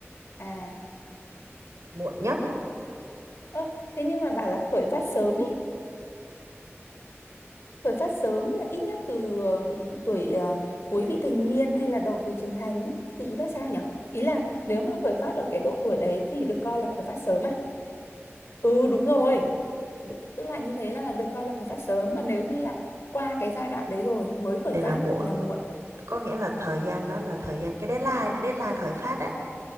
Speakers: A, on the left; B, on the right.
A: à
B: muộn nhất ấy,
A: ơ thế nhưng mà bảo là khởi phát sớm ấy khởi phát sớm là ít nhất từ ờ, tuổi ờ, cuối vị thành niên hay là đầu tuổi trưởng thành ấy thì ý là sao nhỉ? Ý là nếu mà khởi phát ở cái độ tuổi đấy thì được coi là khởi phát sớm à? Ừ đúng rồi. Đú- tức là như thế là được coi là khởi phát sớm còn nếu như là qua cái giai đoạn đấy rồi mới khởi
B: thì
A: phát
B: là muộn
A: thì là muộn.
B: có nghĩa là thời gian đó là thời gian cái deadline deadline khởi phát đấy